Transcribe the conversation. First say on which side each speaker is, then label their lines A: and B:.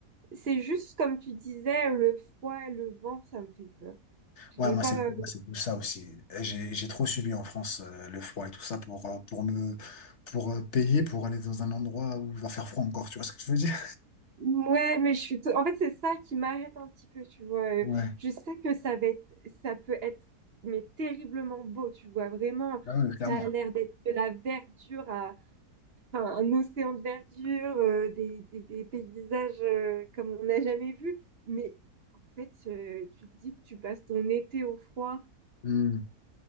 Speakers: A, on the right; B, on the left.
A: C'est juste comme tu disais, le froid et le vent, ça me fait peur.
B: Ouais,
A: J'ai
B: moi,
A: pas.
B: c'est moi, c'est tout ça aussi. J'ai, j'ai trop subi en France euh, le froid et tout ça pour, euh, pour me pour euh, payer pour aller dans un endroit où il va faire froid encore, tu vois ce que je veux dire?
A: Ouais, mais je suis. t- En fait, c'est ça qui m'arrête un petit peu, tu vois.
B: Ouais,
A: Euh, Je sais que ça va être, ça peut être, mais terriblement beau, tu vois. Vraiment,
B: Ah ouais, clairement.
A: ça a l'air d'être de la verdure à, enfin, un océan de verdure, euh, des, des, des paysages euh, comme on n'a jamais vu. Mais en fait, euh, tu te dis que tu passes ton été au froid.
B: Hmm.